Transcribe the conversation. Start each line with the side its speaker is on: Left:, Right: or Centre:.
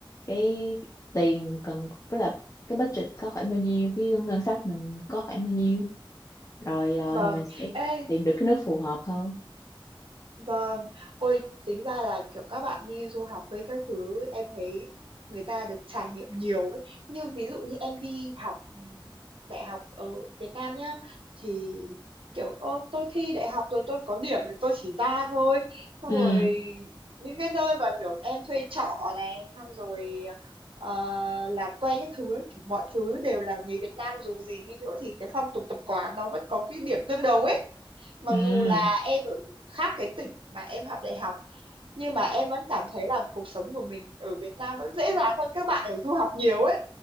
Left: cái tiền cần tức là cái budget có khoảng bao nhiêu cái ngân sách mình có khoảng bao nhiêu rồi ờ,
Right: Vâng,
Left: thì mình sẽ
Right: Ê,
Left: tìm được cái nước phù hợp hơn
Right: Vâng, ôi tính ra là kiểu các bạn đi du học với các thứ em thấy người ta được trải nghiệm nhiều ấy. Như ví dụ như em đi học ừm, đại học ở Việt Nam nhá thì kiểu ô tôi thi đại học rồi tôi có điểm thì tôi chỉ ra thôi. Xong
Left: ừ
Right: rồi những cái nơi mà kiểu em thuê trọ này xong rồi ờ, làm quen các thứ ấy, kiểu mọi thứ đều là người Việt Nam dù gì đi nữa thì cái phong tục tập quán nó vẫn có cái điểm tương đồng ấy mặc
Left: ừ
Right: dù là em ở khác cái tỉnh mà em học đại học nhưng mà em vẫn cảm thấy là cuộc sống của mình ở Việt Nam vẫn dễ dàng hơn các bạn ở du học nhiều ấy